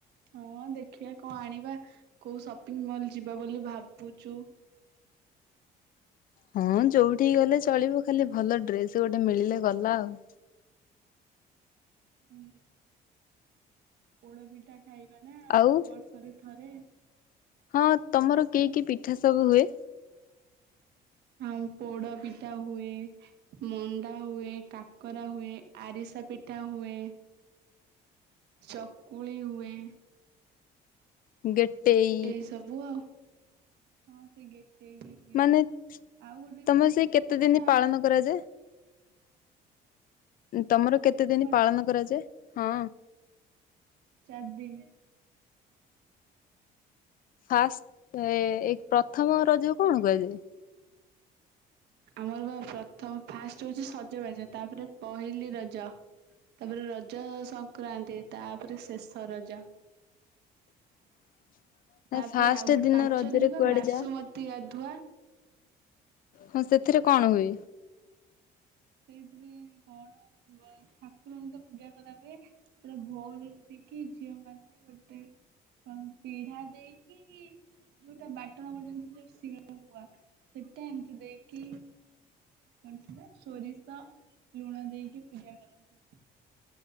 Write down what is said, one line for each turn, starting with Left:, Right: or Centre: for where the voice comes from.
Right: ହଁ ଦେଖିବା କଣ ଆଣିବା କୋଉ ସପିଙ୍ଗ୍ ମଲ୍ ଯିବା ବୋଲି ଭାବୁଛୁ।
Left: ହଁ ଯୋଉଠିକି ଗଲେ ଚଳିବ ଖାଲି ଭଲ ଡ୍ରେସ୍ ଗୋଟେ ମିଳିଲେ ଗଲା ଆଉ।
Right: ହୁଁ। ପୋଡ ପିଠା ଖାଇବା ନା।
Left: ଆଉ
Right: ବର୍ଷ ରେ ଥରେ।
Left: ହଁ ତମର କି କି ପିଠା ସବୁ ହୁଏ?
Right: ଆଉ ପୋଡ ପିଠା ହୁଏ। ମଣ୍ଡା ହୁଏ, କାକରା ହୁଏ, ଆରିସା ପିଠା ହୁଏ। ଚକୁଳି ହୁଏ।
Left: ଗେଟେଇ
Right: ଏଇ ସବୁ ଆଉ ହଁ ସେ ଗଟେଇ ବି।
Left: ମାନେ
Right: ଆଉ ଗୋଟେ
Left: ତମର
Right: ବି କୋଉଟେ
Left: ସେଇ କେତେ
Right: ହୁଏ
Left: ଦିନ
Right: ନା
Left: ପାଳନ କରାଯାଏ ତମର କେତେ ଦିନ
Right: କଣ
Left: ପାଳନ କରାଯାଏ? ହଁ।
Right: ଚାର୍ ଦିନ୍।
Left: ଫାଷ୍ଟ୍ ଏ ଏଇ ପ୍ରଥମ ରଜକୁ କଣ କୁହାଯାଏ?
Right: ଆମର ବା ପ୍ରଥମ ଫାଷ୍ଟ୍ ହଉଛି ସଜବାଜ ତାପରେ ପହିଲି ରଜ। ତାପରେ ରଜ ସଂକ୍ରାନ୍ତି ତାପରେ ଶେଷ ରଜ।
Left: <unintelligible> ନା
Right: ତାପ
Left: ଫାଷ୍ଟ
Right: ରେ ଆଉ ଗୋଟେ
Left: ଦିନ
Right: ପାଞ୍ଚ
Left: ରଜରେ
Right: ଦିନ୍ ବା
Left: କୁଆଡେ
Right: ବାସୁମତି
Left: ଯା
Right: ଗାଧୁଆ।
Left: ହଁ ସେଥିରେ କଣ ହୁଏ?
Right: ସେଇଥିରେ କଣ ଧୁଆ ଠାକୁରଙ୍କୁ ତ ପୂଜା କରା ହୁଏ। ପୁରା ଭୋରୁ ଉଠି କିି ଝିଅ ମାନେ ଗୋଟେ କଣ ପିଢା ଦେଇକି ଯୋଉଟା ବାଟଣା ବଟାନ୍ତି ଯୋଉ ଶିଳ ପୁଆ ସେଟା ଏମିତି ଦେଇକି କଣ ସେଟା ସୋରିଷ, ଲୁଣ ଦେଇକି ପୂଜା କରନ୍ତି।